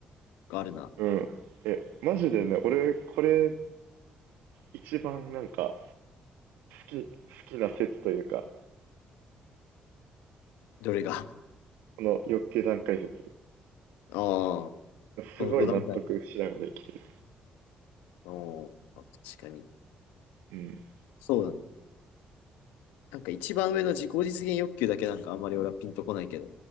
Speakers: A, on the left; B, on the right.
A: あるな。
B: れない。うん。え、マジでね、俺、これ一番なんか好き、好きな説というか、
A: どれが。
B: この欲求段階説、
A: <laughs> ああ、こ
B: すごい納得しながら生きてる。
A: の5段階。ああ、確かに。
B: うん。
A: そうだね。なんか一番上の自己実現欲求だけなんかあんまり俺はピンとこないけど。